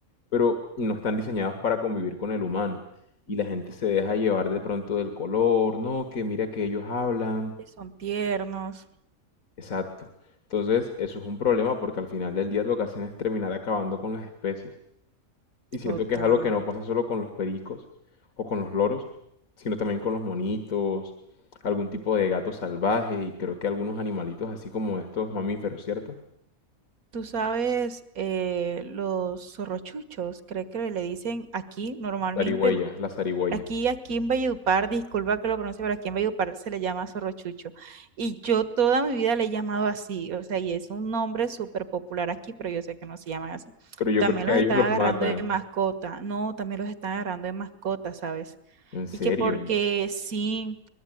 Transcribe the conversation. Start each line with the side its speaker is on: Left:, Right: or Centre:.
Left: pero no están diseñados para convivir con el humano. Y la gente se deja llevar de pronto del color, no, que mira que ellos hablan.
Right: que son tiernos,
Left: Exacto. Entonces, eso es un problema porque al final del día lo que hacen es terminar acabando con las especies. Y siento
Right: total.
Left: que es algo que no pasa solo con los pericos o con los loros, sino también con los monitos, algún tipo de gato salvaje y creo que algunos animalitos así como estos mamíferos, ¿cierto?
Right: Tú sabes, eh, los zorrochuchos, creo que le dicen aquí normalmente,
Left: Zarigüeya, la zarigüeya.
Right: aquí, aquí en Valledupar, disculpa que lo pronuncie, pero aquí en Valledupar se le llama zorrochucho. Y yo toda mi vida le he llamado así, o sea, y es un nombre súper popular aquí, pero yo sé que no se llaman así.
Left: Pero yo
Right: También
Left: creo que
Right: los
Left: a
Right: están
Left: ellos los
Right: agarrando
Left: matan.
Right: de mascota, no, también los están agarrando de mascota, ¿sabes?
Left: ¿En serio?
Right: Y que porque sí.